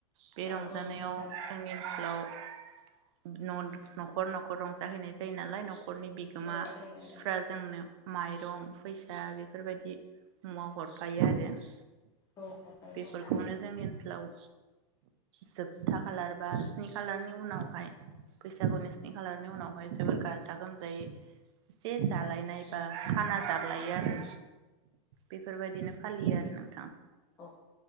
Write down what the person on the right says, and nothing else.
बे
रंजानायाव
जोंनि ओनसोलाव न'खर न'खर रंजाहैनाय‌ जायो जायो नालाय न'खरनि बिगोमाफ्रा
जोंनो माइरं फैसा बेफोरबायदि मुवा हरफायो आरो इस
बेफोरखौनो
जोंनि ओनसोलाव जोबथा खालार बा स्नि खालारनि उनावहाय बैसागुनि स्नि खालारनि उनावहाय जोबोर गाजा गोमजायै एसे जालायनाय बा खाना जालायो आरो बेफोरबायदिनो फालियो आरो ना